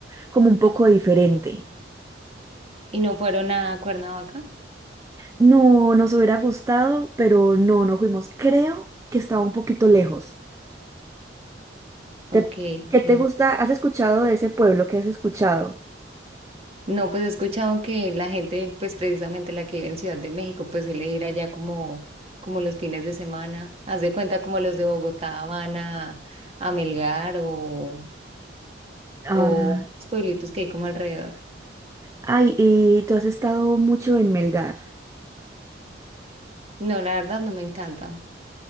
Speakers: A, on the right (about 15°); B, on the right (about 30°).
A: como un poco diferente.
B: ¿Y no fueron a Cuernavaca?
A: No, nos hubiera gustado, pero no, no fuimos. Creo que estaba un poquito lejos.
B: Ok,
A: ¿Te- ¿qué
B: ok.
A: te gusta? ¿Has escuchado de ese pueblo? ¿Qué has escuchado?
B: No, pues he escuchado que la gente, pues precisamente la que vive en Ciudad de México, pues suele ir allá como, como los fines de semana. Haz de cuenta como los de Bogotá van a, a Melgar o,
A: Ajá.
B: o a los pueblitos que hay como alrededor.
A: Ay, y tú has estado mucho en Melgar.
B: No, la verdad no me encanta.